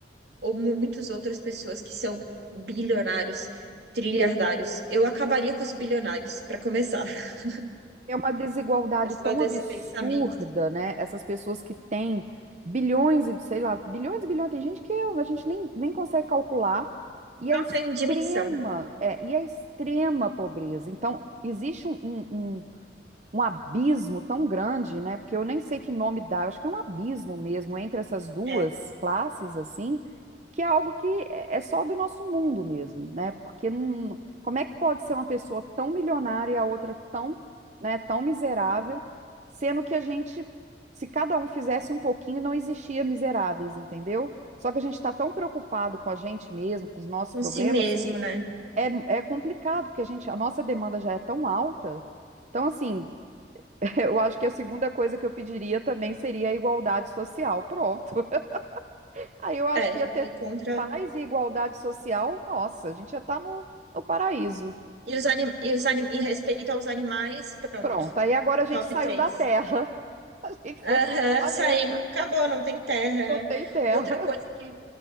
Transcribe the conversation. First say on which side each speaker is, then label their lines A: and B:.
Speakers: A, on the right; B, on the right.
A: ou muitas outras pessoas que são bilionários, trilhardários. Eu acabaria com os bilionários, para começar. <laughs>
B: É uma desigualdade
A: Eu sou
B: tão
A: desse
B: absurda,
A: pensamento.
B: né? Essas pessoas que têm bilhões e, sei lá, bilhões e bilhões, tem gente que a gente nem, nem consegue calcular, e
A: Não
B: a extrema,
A: tem dimensão.
B: é, e a extrema pobreza. Então, existe um, um, um um abismo tão grande, né? Porque eu nem sei que nome dá, eu acho que é um abismo mesmo entre essas duas
A: É,
B: classes, assim, que é algo que é é só do nosso mundo mesmo, né? Porque não, como é que pode ser uma pessoa tão milionária e a outra tão, né, tão miserável, sendo que a gente, se cada um fizesse um pouquinho, não existia miseráveis, entendeu? Só que a gente está tão preocupado com a gente mesmo, com os nossos
A: com
B: problemas,
A: si mesmo,
B: que
A: né?
B: é, é complicado, porque a gente, a nossa demanda já é tão alta. Então, assim, <laughs> Eu acho que a segunda coisa que eu pediria também seria a igualdade social. Pronto. <laughs> Aí eu acho
A: É,
B: que ia ter
A: é contra.
B: paz e igualdade social. Nossa, a gente ia estar no, no paraíso.
A: E, os anim... e, os anim... e respeito aos animais, pronto.
B: Pronto. Aí agora a gente
A: Top
B: saiu
A: três
B: da Terra. <laughs> A gente foi
A: Aham,
B: para outro planeta.
A: saímos. Acabou, não tem terra,
B: Não tem
A: né?
B: Terra.
A: Outra coisa que